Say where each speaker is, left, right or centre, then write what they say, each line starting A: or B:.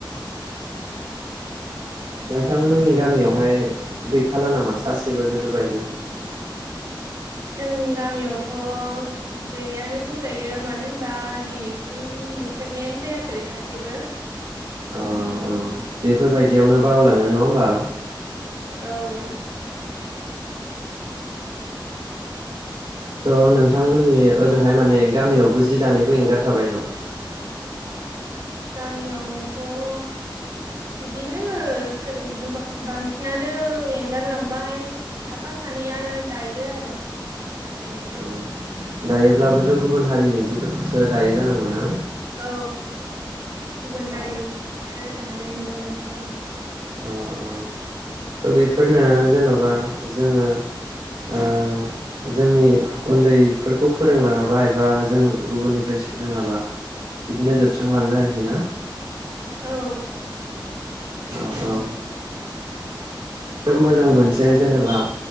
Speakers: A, on the right (about 80°); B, on the right (about 45°).
A: नोंथांमोननि गामियावहाय गैखाला नामा सासेबो बेफोरबायदि?
B: जों गामियावथ' गैयानो बुंजायो मानो होनबा दिनैसिम नुफेरनायानो जायाखै सासेबो
A: अ अ बेफोरबायदियावनो बावलाङो नङा होमबा
B: औ
A: थ' नोंथांमोननि ओजोंहाय माने गामियावबो जि दानायखौ एंगारखाबाय नामा?
B: गामियावथ' बिदिनो गो बांसिनानो एंगारलांबाय साफा सानैया दायो आरो
A: उम उम दायोब्लाबोथ' गुबुन हारिनि जिफोरखौसो दायो जानांगौ ना
B: औ गुबुन
A: अ
B: हारिनिखौसो दा नाय नुनो मोनसै
A: अ औ थ' बेफोरनो जेन'बा जोङो ओ जोंनि उन्दैफोरखौ फोरोंलाङाबा एबा जों गुबुननिफ्राय सोलोङाबा बिदिनो जोब स्रांलाङो आरोखि ना
B: औ
A: औ औ खोब मोजां मोनसे जेनेबा